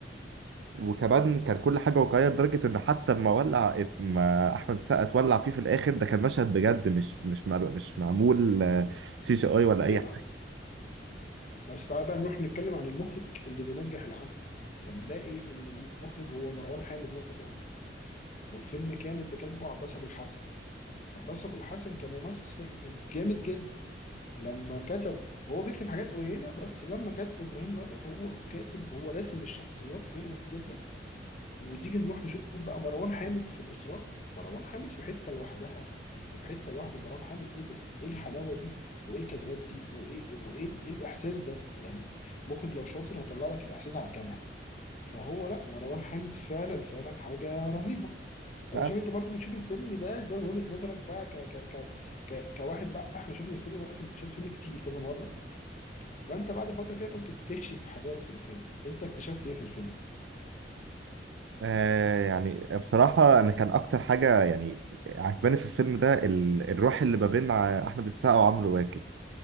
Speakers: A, on the right; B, on the left.
A: وكمان كان كل حاجه واقعيه لدرجه ان حتى لما ولع ما احمد السقا اتولع فيه في الاخر ده كان مشهد بجد مش مش مع... مش معمول سي جي اي ولا اي
B: اي لا بس تعالى بقى نروح نتكلم عن المخرج اللي بينجح العمل هنلاقي ان المخرج هو مروان حامد مثلا والفيلم كان اللي كاتبه عباس ابو الحسن عباس ابو الحسن كممثل جامد جدا لما كتب هو بيكتب حاجات قليله بس لما كتب ابراهيم الابيض هو كاتب هو راسم الشخصيات حلو جدا وتيجي نروح نشوف بقى مروان حامد في الاخراج مروان حامد في حته لوحدها في حته لوحده مروان حامد ايه ده ايه الحلاوه دي وايه الكادرات دي وايه وايه ال- إيه الاحساس ده يعني مخرج لو شاطر هيطلع لك الاحساس على الكاميرا فهو لا مروان حامد فعلا فعلا حاجه رهيبه انا
A: حاجه
B: شايف انت برضو بتشوف الفيلم ده زي من وجهه نظرك بقى ك ك ك ك كواحد بقى احنا شفنا الفيلم مثلا شفت الفيلم كتير كذا مره فانت بعد فتره كده بتكتشف حاجات في الفيلم انت اكتشفت ايه في الفيلم
A: آه يعني بصراحة أنا كان أكتر حاجة يعني عجباني في الفيلم ده ال- الروح اللي ما بين ع- أحمد السقا وعمرو واكد